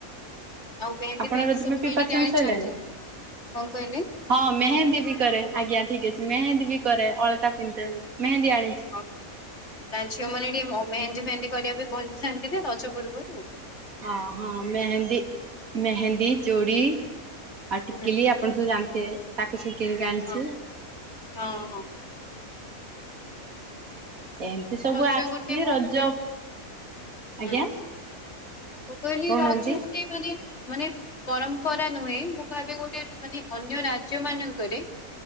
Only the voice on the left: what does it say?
ଆଉ ମେହେନ୍ଦୀ
ଫେହେନ୍ଦୀ
ସବୁ
କିଣିକି ଆଣିଛନ୍ତି
କଁ କହିଲେ?
ହୁଁ
ହୁଁ ଆଉ ତା ଝିଅ ମାନେ ଟିକେ ମେହେନ୍ଦେ ମେହେନ୍ଦେ କରିବା ପାଇଁ <unintelligible> ରଜ ପୂର୍ବରୁ
ହୁଁ।
ହଁ ହଁ।
ରଜ
ଗୋଟେ ମୁଁ
ହୁଁ ମୁଁ କହିଲ
ରଜ ଗୋଟେ ମାନେ ମାନେ ପରମ୍ପରା ନୁହେଁ ମୁଁ ଭାବି ଗୋଟେ ମାନେ ଅନ୍ୟ ରାଜ୍ୟ ମାନଙ୍କରେ